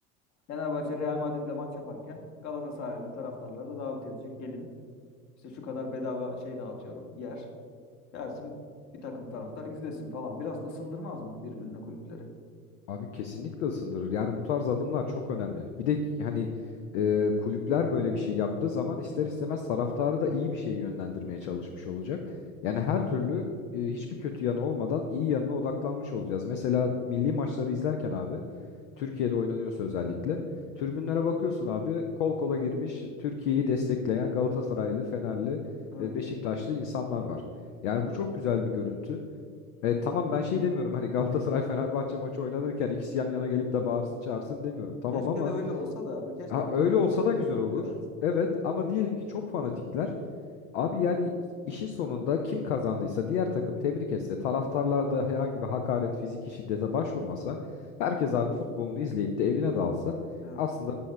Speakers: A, on the left (about 40°); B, on the left (about 55°).
A: Fenerbahçe Real Madrid'le maç yaparken Galatasaraylı taraftarları da davet edecek. Gelin işte şu kadar bedava şey dağıtıyorum yer. Gelsin bir takım taraftar izlesin falan. Biraz ısındırmaz mı birbirine kulüpleri?
B: Abi kesinlikle ısındırır. Yani bu tarz adımlar çok önemli. Bir de ki hani e, kulüpler böyle bir şey yaptığı zaman ister istemez taraftarı da iyi bir şeye yönlendirmeye çalışmış olacak. Yani her türlü e, hiçbir kötü yanı olmadan iyi yanına odaklanmış olacağız. Mesela milli maçları izlerken abi Türkiye'de oynanıyorsa özellikle tribünlere bakıyorsun abi kol kola girmiş Türkiye'yi destekleyen Galatasaraylı, Fenerli,
A: Evet.
B: e, Beşiktaşlı insanlar var. Yani bu çok güzel bir görüntü. E, tamam ben şey demiyorum hani Galatasaray Fenerbahçe maçı oynanırken ikisi yan yana gelip de bağırsın çağırsın demiyorum. Tamam
A: Keşke
B: ama
A: de öyle olsa da ve keşke
B: ha, öyle
A: beraber
B: olsa
A: izleyebilsek.
B: da güzel olur.
A: Evet.
B: Evet ama diyelim ki çok fanatikler. Abi yani işin sonunda kim kazandıysa diğer takım tebrik etse taraftarlar da herhangi bir hakaret fiziki şiddete başvurmasa herkes abi futbolunu izleyip de evine dalsa
A: Evet.
B: aslında